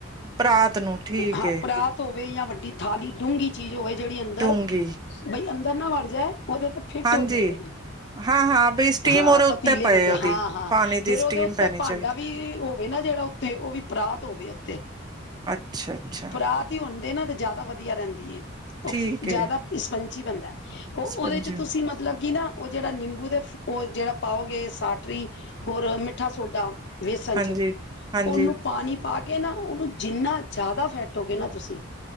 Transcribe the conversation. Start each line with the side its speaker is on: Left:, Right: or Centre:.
Right: ਪਰਾਤ ਨੂੰ ਠੀਕ
Left: ਹਾਂ
Right: ਹੈ
Left: ਪਰਾਤ ਹੋਵੇ ਜਾਂ ਵੱਡੀ ਥਾਲੀ ਡੂੰਘੀ ਚੀਜ਼ ਹੋਵੇ ਜਿਹੜੀ ਅੰਦਰ,
Right: ਡੂੰਘੀ
Left: ਬਈ ਅੰਦਰ ਨਾ ਵੜ ਜਾਏ ਉਹਦੇ ਤੇ ਫਿੱਟ
Right: ਹਾਂਜੀ
Left: ਹੋ ਜਾਏ ਜਿਹੜੇ
Right: ਹਾਂ-ਹਾਂ ਬਈ ਸਟੀਮ
Left: ਹਾਂ
Right: ਉਹਦੇ
Left: ਪਤੀਲੇ
Right: ਉੱਤੇ ਪਏ
Left: ਦਾ ਪਿਆ
Right: ਉਹਦੀ
Left: ਹਾਂ-ਹਾਂ
Right: ਪਾਣੀ ਦੀ
Left: ਫੇਰ
Right: ਸਟੀਮ
Left: ਉਹਦੇ ਉੱਤੇ
Right: ਪੈਣੀ
Left: ਭਾਂਡਾ
Right: ਚਾਹੀਦੀ
Left: ਵੀ ਉਹ ਹੋਏ ਨਾ ਜਿਹੜਾ ਉੱਤੇ, ਉਹ ਵੀ ਪਰਾਤ ਹੋਵੇ ਉੱਤੇ।
Right: ਅੱਛਾ-ਅੱਛਾ!
Left: ਆ ਤੀ ਹੁੰਦੇ ਨਾ ਤੇ ਜ਼ਿਆਦਾ ਵਧੀਆ ਰਹਿੰਦੀ ਹੈ, ਉਹ
Right: ਠੀਕ ਏ
Left: ਜ਼ਿਆਦਾ ਸਪੰਚੀ ਬਣਦਾ। ਉਹ
Right: ਸਪੰਜੀ
Left: ਉਹਦੇ ਚ ਤੁਸੀਂ ਮਤਲਬ ਕਿ ਨਾ, ਉਹ ਜਿਹੜਾ ਨਿੰਬੂ ਦੇ ਉਹ ਜਿਹੜਾ ਪਾਓਗੇ ਸਾਟਰੀ ਹੋਰ ਮਿੱਠਾ ਸੋਡਾ ਵੇਸਣ
Right: ਹਾਂਜੀ-ਹਾਂਜੀ-ਹਾਂਜੀ
Left: 'ਚ ਉਹਨੂੰ ਪਾਣੀ ਪਾ ਕੇ ਨਾ, ਉਹਨੂੰ ਜਿੰਨਾ ਜ਼ਿਆਦਾ ਫੈਟੋਗੇ ਨਾ ਤੁਸੀਂ